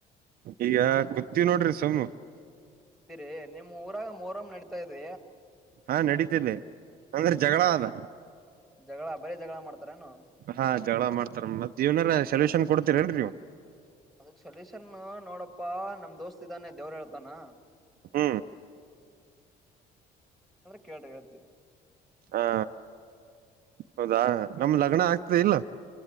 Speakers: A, on the right (about 60°); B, in the centre.
A: ಈಗ. ನೋಡ್ರಿ ಸುಮ್ಮ.
B: ರಿ ನಿ. ಊರಾಗ ಮೊಹರಂ ನಡತಾ ಇದ್ದ.
A: ಹಾ ನಡೀತನೆ. ಅಂದ್ರೆ ಜಗಳ ಅದ
B: ಜಗಳ ಬರೀ ಜಗಳ ಮಾಡ್ತಾರೇನು
A: ಹಾ ಜಗಳ ಮಾಡ್ತಾರ ಮ ಜೀವನ ಸಲೂನ್. ಕೊಡ್ತೀರೇನ್ರಿ ನೀವು.
B: ಅದಕ್ ಸೊಲ್ಯೂಷನ್ ನಾ ನೋಡಪ್ಪ ನಮ್ ದೋಸ್ತ್ ಇದ್ದಾನೆ ದೇವ್ರ ಹೇಳ್ತಾನ.
A: ಹ್ಮ.
B: ಕೇಟಾಗ್ದೆ.
A: ಹಾ ಹೌದಾ. ನಮ್ ಲಗ್ನ
B: ಹಾ
A: ಆಗ್ತದೆ ಇಲ್ಲ.